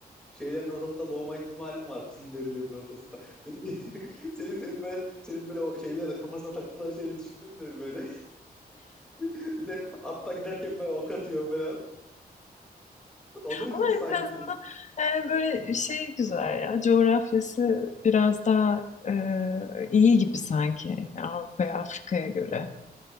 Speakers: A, in the centre; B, on the left (about 45°).
A: Şeylerin ortasında doğma ihtimalim var. Kızılderililerin ortasında. Senin, <laughs> senin, senin böyle, senin böyle o şeyler kafasına taktıkları şeyle düşündüm de böyle. <laughs> Bir de atta giderken böyle ok atıyor falan. Olur
B: Ama
A: gibi sanki.
B: en azından yani böyle şey güzel ya. Coğrafyası biraz daha e, iyi gibi sanki yani Avrupa'ya, Afrika'ya göre.